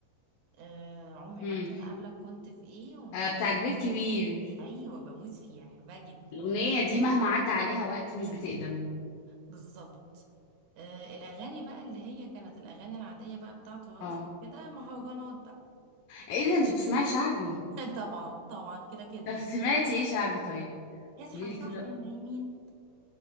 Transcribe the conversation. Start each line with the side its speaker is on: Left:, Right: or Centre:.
Right: آه عمري
Left: امم
Right: ما انسى انا قبلك كنت في ايه ومعاك
Left: آه بتاعت
Right: في ايه
Left: بيت
Right: انا
Left: كبير
Right: ايه ايوه بموت فيها احبها جدا
Left: الاغنيه دي مهما عدى عليها وقت مش بتقدم
Right: بالظبط آه الاغاني بقى اللي هي كانت الاغاني العاديه بقى بتاعته
Left: اه
Right: رقص كده مهرجانات بقى
Left: ايه ده انتي بتسمعي شعبي
Right: <laughs> طبعا طبعا كده كده
Left: طب سمعتي ايه شعبي طيب
Right: اصحى
Left: قوليلي كده
Right: صحي النايمين